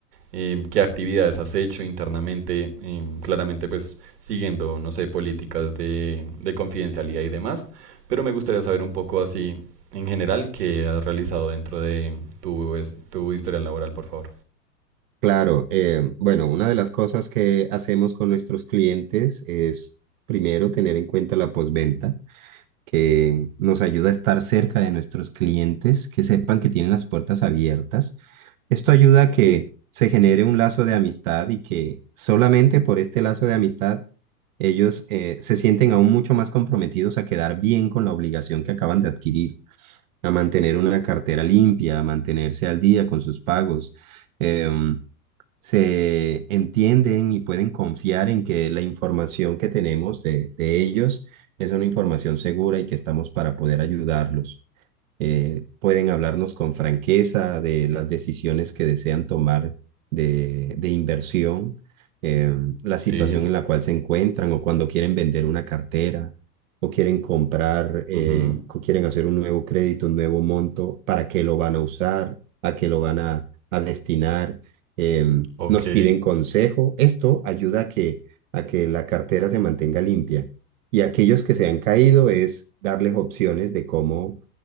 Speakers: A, on the right; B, on the right.
A: eh, qué actividades has hecho internamente, em, claramente pues siguiendo, no sé, políticas de, de confidencialidad y demás, pero me gustaría saber un poco así en general qué has realizado dentro de tu, es- tu historia laboral, por favor.
B: Claro, eh, bueno, una de las cosas que hacemos con nuestros clientes es primero tener en cuenta la postventa, que nos ayuda a estar cerca de nuestros clientes, que sepan que tienen las puertas abiertas. Esto ayuda a que se genere un lazo de amistad y que solamente por este lazo de amistad ellos eh, se sienten aún mucho más comprometidos a quedar bien con la obligación que acaban de adquirir, a mantener una cartera limpia, a mantenerse al día con sus pagos. em, se entienden y pueden confiar en que la información que tenemos de, de ellos es una información segura y que estamos para poder ayudarlos eh, pueden hablarnos con franqueza de las decisiones que desean tomar de, de inversión, eh, la
A: Sí.
B: situación en la cual se encuentran o cuando quieren vender una cartera o quieren comprar, eh,
A: Ujú.
B: o quieren hacer un nuevo crédito, un nuevo monto, para qué lo van a usar, a qué lo van a, a destinar. eh,
A: Ok,
B: nos piden consejo. Esto ayuda a que, a que la cartera se mantenga limpia. Y aquellos que se han caído es darles opciones de cómo